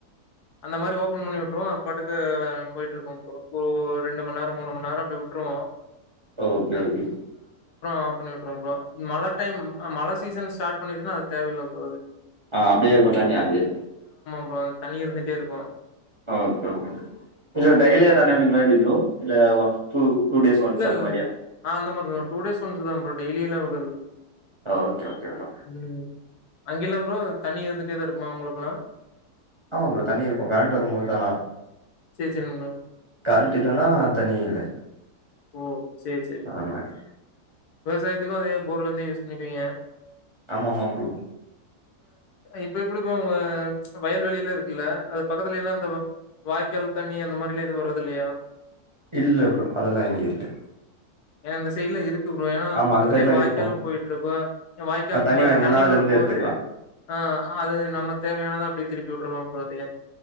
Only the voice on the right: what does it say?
ஓகே ஓகே
ஆ அப்டியே இருக்கோ தண்ணி அங்கயே
ஓகே ஓகே இல்ல டெய்லியோ தண்ணி விடுவீங்களா எப்டி ப்ரோ இல்ல ஒன் டூ டூ டேஸ் ஒன்ஸ்
அந்த
மாரியா
ஓகே ஓகே ப்ரோ
ஆமா ப்ரோ தண்ணி இருக்கோ கரண்ட் வரும்போது தானா
கரண்ட் இல்லனா தண்ணீ இல்ல
அந்த மாரி
ஆமா ஆமாமா ப்ரோ
இல்ல ப்ரோ அதெல்லா இங்க இல்ல
ஆமா
அந்த சைட்லா
இருக்கு
அது
வேணும்னா
அதுல
இருந்து எடுத்துக்கலா